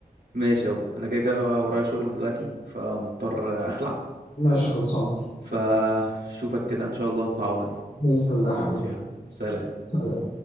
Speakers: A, on the right; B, on the left.
A: ماشي يا وب. انا كده كده ورايا شغل دلوقتي فمضطر اخلع
B: ماشي خلصان
A: فشوفك كده ان شاء الله وتتعوض يعني
B: بإذن الله يا حبيبي
A: ماشي، يلا سلام
B: سلام